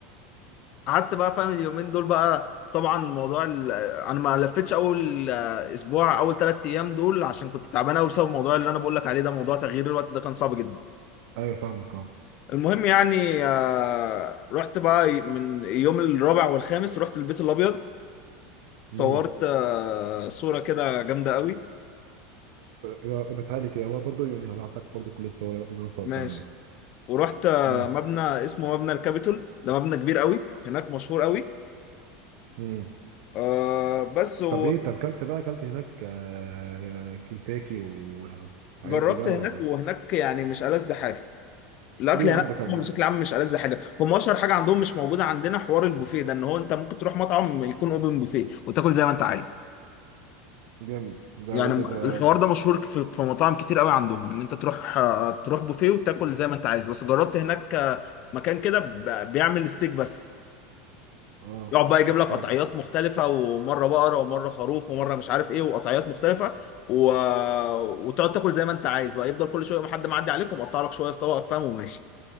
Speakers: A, on the left (about 50°); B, on the right (about 70°).
A: قعدت بقى فاهم اليومين دول بقى طبعا موضوع ال... انا ما لفتش اول اسبوع اول ثلاث ايام دول عشان كنت تعبان قوي بسبب الموضوع اللي انا بقول لك عليه ده موضوع تغيير الوقت ده كان صعب جدا
B: ايوه فاهمك اه
A: المهم يعني آه، رحت بقى من يوم الرابع والخامس رحت البيت الابيض صورت
B: امم
A: آه، صورة كده جامدة قوي
B: ابعتها لي كده هو برضو يعني هبعت لك برضو كل الصور اللي انا صورتها
A: ماشي
B: هناك
A: ورحت آه،
B: امم
A: مبنى اسمه مبنى الكابيتول ده مبنى كبير قوي هناك مشهور قوي
B: امم
A: آه بس و-
B: طب ايه طب كلت بقى كلت هناك آه، آه، كنتاكي والحاجات
A: وجربت
B: دي بقى
A: هناك
B: ولا ايه؟
A: وهناك يعني مش ألذ حاجة الأكل
B: ليه يا
A: هناك
B: عم ده كان
A: هو بشكل عام مش ألذ حاجة هم أشهر حاجة عندهم مش موجودة عندنا حوار البوفيه ده إن هو أنت ممكن تروح مطعم يكون أوبن بوفيه وتاكل زي ما أنت عايز
B: جامد ده
A: يعني
B: ايه ده
A: م-
B: ده
A: الحوار ده مشهور في في مطاعم كتير قوي عندهم ان انت تروح آه، تروح بوفيه وتاكل زي ما انت عايز بس جربت هناك آه، مكان كده ب- بيعمل ستيك بس
B: اه
A: يقعد بقى يجيب
B: اسمه
A: لك قطعيات
B: ده.
A: مختلفة ومرة بقرة ومرة خروف ومرة مش عارف ايه وقطعيات مختلفة و... وتقعد تاكل زي ما انت عايز بقى يفضل كل شوية ما حد معدي عليك ومقطع لك شوية في طبقك فاهم وماشي